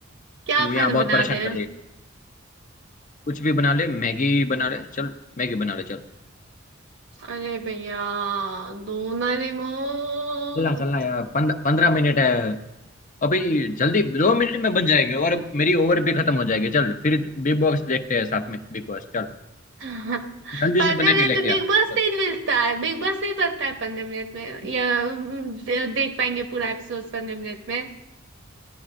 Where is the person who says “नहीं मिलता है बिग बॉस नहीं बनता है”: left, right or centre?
Right